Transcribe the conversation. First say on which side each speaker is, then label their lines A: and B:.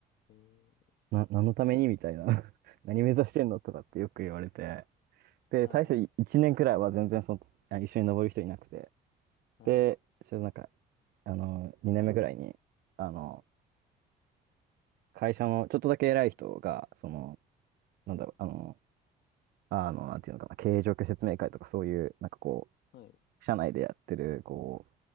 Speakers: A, on the left; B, on the right.
A: へえ
B: な、何のためにみたいな <laughs> 何目指してんのとかってよく言われて。で、
A: はい、
B: 最初い1年くらいは全然その、あ一緒に登る人いなくて。
A: はい、
B: で、ちょっとなんか、あの、2年目くらいに、あの、会社のちょっとだけ偉い人が、その、なんだろう、あの、あの、なんていうのかな、経営状況説明会とかそういう、なんかこ
A: はい、
B: う、社内でやってる、こう、